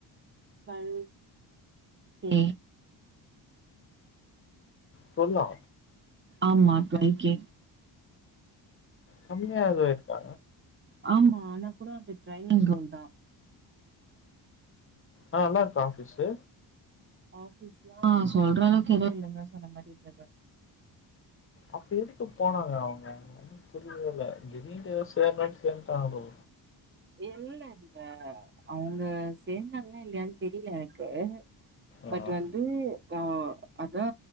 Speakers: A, on the right; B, on the left.
A: டுவெல் கே
B: டுவெல்லா
A: ஆமா டுவெல் கே
B: கம்மியா எது இருக்கா
A: ஆமா ஆனா கூட அது ட்ரைவிங் ரோல் தா
B: ஆனா நல்லாருக்கா ஆபிஸ்சு
A: ஆபீஸ்ல்லா சொல்ற அளவுக்கு எதுவு இல்லங்க சொல்ற மாரி இல்லங்க
B: அப்ப எதுக்கு போனாங்க அவங்க ஒண்ணு புரியல திடீர்ன்ட்டு ஏதோ சேரனூனு சேந்துட்டாங்ளோ
A: இல்லங்க அவுங்க சேந்தாங்லா இல்லையான் தெரியில எனக்கு
B: ஆ
A: பட் வந்து ஆ அதா